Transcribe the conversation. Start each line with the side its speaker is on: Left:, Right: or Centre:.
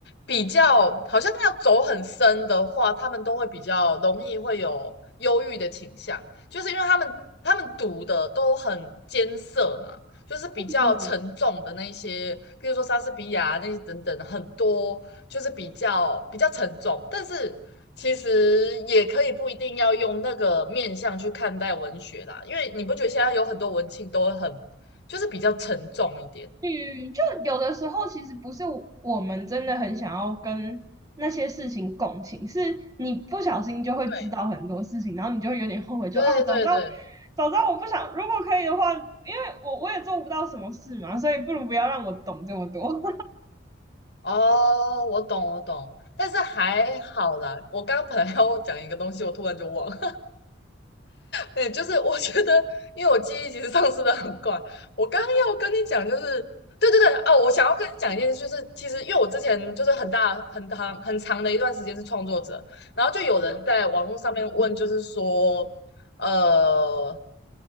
Left: 比较，好像要走很深的话，他们都会比较容易会有忧郁的倾向，就是因为他们他们读的都很艰涩嘛，就是比较沉重的那些，
Right: 嗯
Left: 譬如说莎士比亚那些等等，很多就是比较比较沉重，但是其实也可以不一定要用那个面向去看待文学啦，因为你不觉得现在有很多文青都很就是比较沉重一点？
Right: 嗯，就有的时候其实不是我我们真的很想要跟那些事情共情，是你不小心就会知道很多事情，
Left: 对
Right: 然后你就会有点后悔就，
Left: 对对对，
Right: 啊，早知道早知道我不想，如果可以的话，因为我我也做不到什么事嘛，所以不如不要让我懂这么多。
Left: 哦，我懂我懂，但是还好啦，我刚刚本来要讲一个东西，我突然就忘了。对，就是我觉得，因为我记忆其实丧失的很快。我刚要跟你讲，就是对对对哦，我想要跟你讲一件事，就是其实因为我之前就是很大很长很长的一段时间是创作者，然后就有人在网络上面问，就是说，呃，